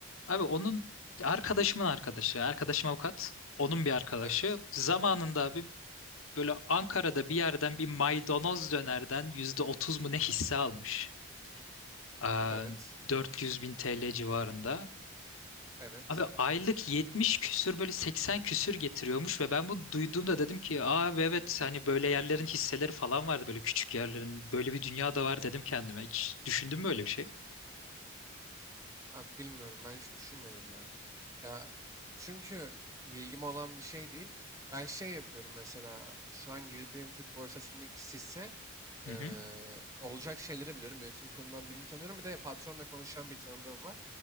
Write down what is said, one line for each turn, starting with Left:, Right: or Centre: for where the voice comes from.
Left: Abi onun arkadaşımın arkadaşı, arkadaşım avukat, onun bir arkadaşı.
Right: Evet.
Left: Zamanında abi böyle Ankara'da bir yerden bir maydanoz dönerden %30 mu ne hisse almış. Aa,
Right: Evet.
Left: dört yüz bin TL civarında.
Right: Evet.
Left: Abi aylık 70 küsür böyle 80 küsür getiriyormuş ve ben bunu duyduğumda dedim ki abi evet hani böyle yerlerin hisseleri falan vardı böyle küçük yerlerin böyle bir dünya da var dedim kendime. Hiç düşündün mü öyle bir şey?
Right: Abi bilmiyorum ben hiç düşünmedim ya. Ya çünkü bilgim olan bir şey değil. Ben şey yapıyorum mesela şu an girdiğim Türk borsasındaki hisse eee,
Left: Hı hı
Right: olacak şeyleri biliyorum. Yönetim kurulundan birini tanıyorum. Bir de patronla konuşan bir tanıdığım var.